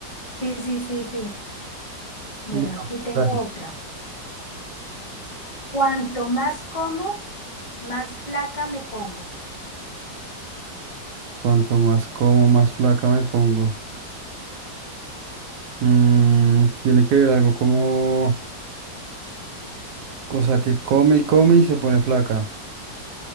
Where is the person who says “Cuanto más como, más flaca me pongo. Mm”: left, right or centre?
Right